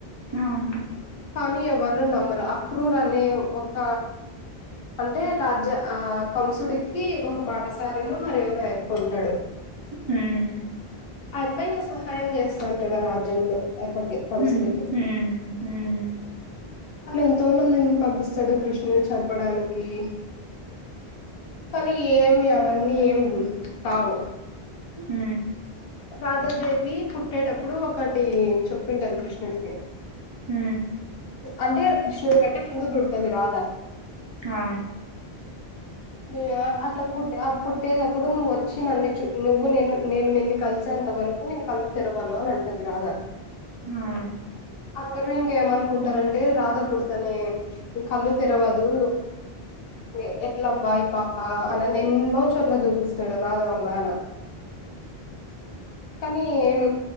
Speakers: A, on the right; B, on the left.
A: అవును
B: కానీ ఎవరు నమ్మరు అక్రూర్ కాని ఒక్క అంటే రాజ్య ఆ కంసుడికి ఒక బాటసారిలో మరి ఎవరో అయ్యప్ప ఉంటాడు
A: హ్మ్
B: అయప్ప ఇంక సహాయం చేస్తాంటాడు ఆ రాజ్యంలో అయ్యప్పకి కంసుడికి
A: హ్మ్ హ్మ్ హ్మ్
B: ఎంతో మందిని పంపిస్తాడు కృష్ణుని చంపడానికి కానీ ఏమి అవన్నీ ఏం కావు
A: ఊ
B: రాధాదేవి పుట్టేటప్పుడు ఒకటి చొప్పింటది కృష్ణుడికి
A: ఊ
B: అంటే కృష్ణూడు గంటే ముందుపుడతది రాధ
A: ఆ
B: రె అట్లా పుట్టే పుట్టేటప్పుడు నువ్ వచ్ నన్ను చు నువ్వు నేను నేను నిన్ను కలిసే అంత వరకు నేను కళ్ళు తెరవాను అని అంటది రాదా
A: ఆ
B: <inaudible> అందరూ ఇంకేమనుకుంటారంటే రాధ పుడతనే కళ్ళు తెరవదు నె ఎ ఎట్లబ్బాయి ఈ పాపా అనని ఎన్నో చోట్ల చూపిస్తాడు రాదా వాళ్ళ నాన్న కానీ ఏం